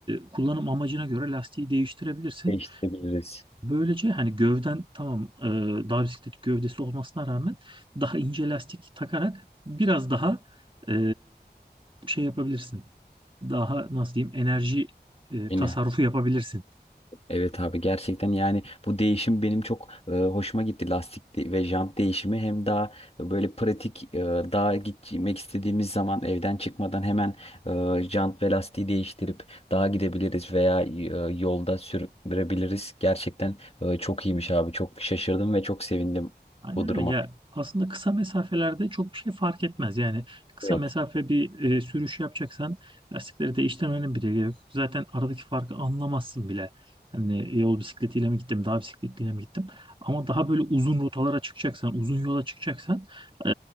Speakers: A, on the right (about 30°); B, on the left (about 35°).
A: kullanım amacına göre lastiği değiştirebilirsin.
B: değiştirebiliriz.
A: Böylece hani gövden tamam e, dağ bisikleti gövdesi olmasına rağmen daha ince lastik takarak biraz daha e, şey yapabilirsin. Daha nasıl diyeyim enerji e,
B: Yine.
A: tasarrufu yapabilirsin.
B: Evet abi gerçekten yani bu değişim benim çok e, hoşuma gitti lastik de- ve jant değişimi hem daha böyle pratik e, daha gitmek istediğimiz zaman evden çıkmadan hemen e, jant ve lastiği değiştirip dağa gidebiliriz veya e, yolda sürebiliriz. Gerçekten e, çok iyiymiş abi çok şaşırdım ve çok sevindim
A: Aynen
B: bu duruma.
A: öyle. Ya aslında kısa mesafelerde çok bir şey fark etmez. Yani kısa
B: Evet.
A: mesafe bir e, sürüş yapacaksan lastikleri değiştirmenin bile gerek yok. Zaten aradaki farkı anlamazsın bile. Yani yol bisikletiyle mi gittim, dağ bisikletiyle mi gittim. Ama daha böyle uzun rotalara çıkacaksan, uzun yola çıkacaksan e,